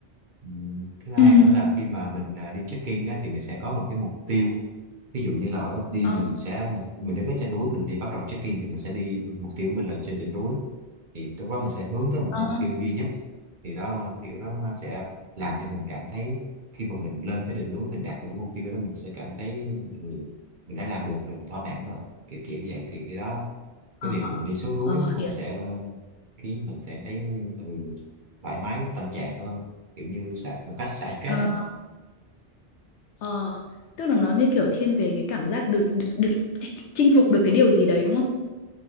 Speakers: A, on the right; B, on the left.
A: Ừm, Thứ hai
B: Ừ.
A: nữa là khi mà mình à, đi check-in á, thì mình sẽ có một cái mục tiêu ví dụ như là ở đi
B: Ờ,
A: mình sẽ mình đứng ở trên núi mình đi bắt đầu check-in thì mình sẽ đi mục tiêu của mình là trên đỉnh núi thì lúc đó mình sẽ hướng tới một
B: ờ,
A: mục tiêu duy nhất thì đó kiểu đó sẽ làm cho mình cảm thấy khi mà mình lên tới đỉnh núi mình đạt được cái mục tiêu đó mình sẽ cảm thấy mình, mình đã làm được rồi, mình thỏa mãn rồi kiểu kiểu vậy thì cái đó
B: ờ,
A: cái việc mình đi xuống núi
B: ờ,
A: nó cũng
B: hiểu.
A: sẽ ờ, khiến mình cảm thấy ừ, thoải mái tâm trạng hơn kiểu như xả một cách xả stress
B: Ờ,
A: á
B: ờ. Tức là nó như kiểu thiên về cái cảm giác được, được, được chinh phục được cái điều gì đấy đúng không?